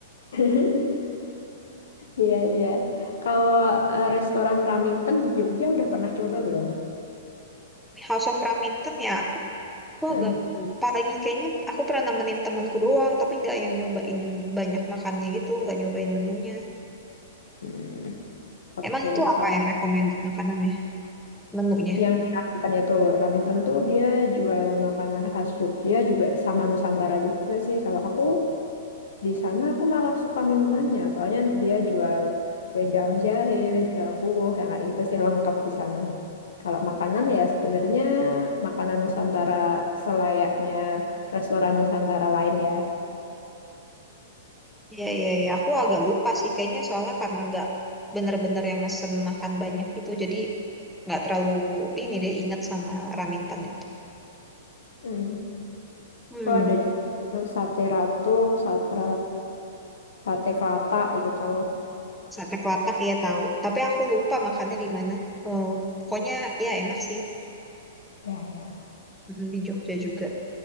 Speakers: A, on the left; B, in the centre.
A: <laughs> Iya, iya. Kalau eh, restoran Raminten di Jogja udah pernah coba belum?
B: House of Raminten ya aku, aku
A: Hmm.
B: agak lupa lagi. Kayaknya aku pernah nemenin temanku doang, tapi nggak yang nyobain banyak makannya gitu, nggak nyobain menunya.
A: Hmm. Oke,
B: Emang itu apa
A: Kalau
B: yang recommended makanannya, menunya?
A: yang di Raminten itu, Raminten tuh dia jual makanan khas Jogja juga sama Nusantara juga sih. Kalau aku di sana aku malah suka minumannya, soalnya dia jual wedang jahe, wedang uwuh, yang kayak gitu sih lengkap di sana. Kalau makanan ya sebenarnya makanan Nusantara selayaknya restoran Nusantara lain ya.
B: Iya, iya, iya. Aku agak lupa sih kayaknya soalnya karena nggak bener-bener yang mesen makan banyak itu. Jadi nggak terlalu ini deh ingat sama Raminten itu.
A: Hmm.
B: Hmm,
A: Oh, ada juga tuh sate ratu, sate sate kelata gitu.
B: sate kelatak ya tahu. Tapi aku lupa makannya di mana. Eh, pokoknya ya enak sih
A: Ya, ya.
B: Mm, di Jogja juga.